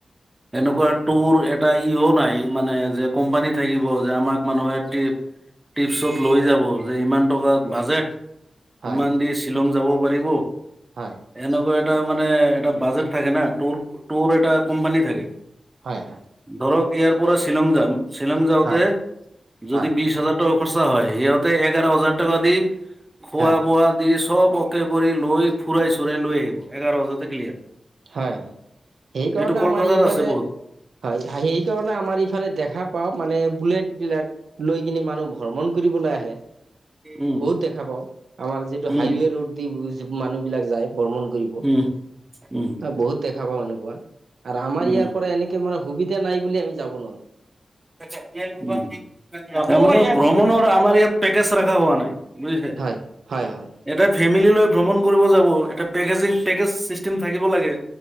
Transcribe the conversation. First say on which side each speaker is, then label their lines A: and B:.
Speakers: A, on the right; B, on the right.
A: এনেকুৱা টুৰ এটা ইয় নাই মানে যে কোম্পানী থাকিব যে আমাক মানুহে টিপছত লৈ যাব যে ইমান টকাত বাজেট,
B: হয়
A: ইমান দি শ্বিলং যাব পাৰিব,
B: হয়
A: এনেকুৱৈ এটা মানে এটা বাজেট থাকে না, টোৰ, টোৰ এটা কোম্পানী থাকে।
B: হয়, হয়।
A: ধৰক ইয়াৰ পৰা শ্বিলং যাম, শ্বিলং যাওঁতে
B: হয়
A: যদি
B: হয়
A: বিশ হাজাৰ টকা খৰচা হয়, সিহঁতে এঘাৰ হাজাৰ টকা দি, খোৱা,
B: হয়
A: বোৱা দি, চব পকে কৰি লৈ ফুৰাই, চুৰাই লৈ আহিব। এঘাৰহাজাৰতে ক্লিয়াৰ।
B: হয়, সেইকাৰণে
A: এইটো
B: আমাৰ
A: কলকাতাত
B: ইফালে
A: আছে
B: হয়,
A: বহুত
B: সেই কাৰণে আমাৰ ইফালে দেখা পাও, মানে বুলেট বিলাক লৈ কিনে মানুহ ভ্ৰমণ কৰিবলৈ আহে,
A: উম
B: বহুত দেখা পাও, আমাৰ যিটো
A: উম
B: হাইৱে ৰোদ দি মানুহ বিলাক যায় ভ্ৰমন কৰিব।
A: উম উম
B: অ, বহুত দেখা পাও, এনেকুৱা আৰু আমাৰ ইয়াৰ
A: উম
B: পৰা এনেকে মানে সুবিধা নাই বুলি আমি যাব নোৱাৰো।
A: ভ্ৰমণৰ আমাৰ ইয়াত পেকেজ ৰখা হোৱা নাই। বুজিছে,
B: হয়, হয়, হয়,
A: এটা ফেমিলি লৈ ভ্ৰমণ কৰিব যাব, এটা পেকেজিং, পেকেজ চিষ্টেম থাকিব লাগে।